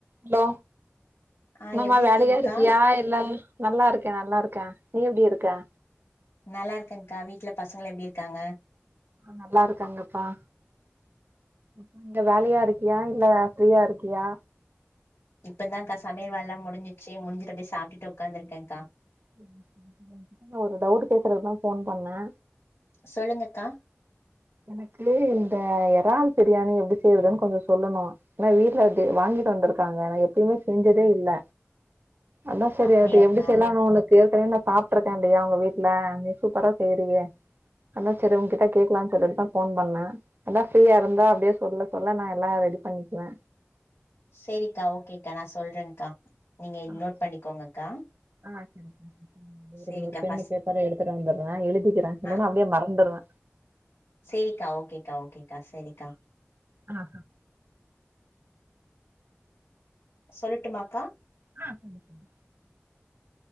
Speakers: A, on the right; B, on the left.
A: hello
B: ஆ
A: என்னமா
B: எப்டி இருக்கீங்க்கா
A: வேலயாருக்கியா இல்ல நல்லாருக்கே நல்லாருக்கே நீ எப்டி இருக்க
B: நல்லாருக்கேக்கா வீட்ல பசங்கள்லா எப்டிருக்காங்க
A: நல்லாருக்காங்கப்பா <inaudible> வேலயாருக்கியா இல்ல ஃப்ரீயாருக்கியா
B: இப்பன்தாக்கா சமையல் வேல்லா முடின்சிச்சு முடுஞ்ச்ட்டு அப்டியே சாப்ட்டுட்டு ஒக்காந்துருக்கேக்கா
A: சேரி சேரி சேரி ஒன்கிட்ட நா ஒரு டவுட்டு கேக்றதுக்தா ஃபோன் பண்ணே
B: சொல்லுங்கக்கா
A: எனக்கு இந்த எறால் பிரியாணி எப்டி செய்றதுன் கொஞ்சொ சொல்லனு ஏனா வீட்ல அது வாங்கிட்டு வந்திருக்காங்க நா எப்பயுமே செஞ்சதே இல்ல அதா செரி
B: அப்டியாக்கா
A: அது எப்டி செய்லான் ஒன ஏற்கனவே நா சாப்ட்ருக்கே இல்லயா உங்க வீட்ல நீ சூப்பரா செய்றியே அதா செரி ஒன்கிட்ட கேக்லான் <unintelligible> ஃபோன் பண்ணே அதா ஃப்ரீயாருந்தா அப்டே சொல்ல சொல்ல நா எல்லா ரெடி பண்ணிக்குவே
B: சேரிக்கா ஓகேக்கா நா சொல்றேன்கா நீங்க இத்
A: ஆ
B: நோட் பண்ணிக்கோங்கக்கா
A: ஆ செரிப்பா <inaudible> இருங்க
B: சேரிக்கா
A: ஒரு பென்னு
B: ஃபஸ்ட்
A: பேப்பரு எடுத்துட்டு வந்துர்றே எழுதிக்குறே இல்லன்னா
B: ஆ
A: அப்டியே மறந்துருவே
B: சேரிக்கா ஓகேக்கா ஓகேக்கா செரிக்கா
A: ஆஹா
B: சொல்லடுமாக்கா
A: ஆ சரி சரி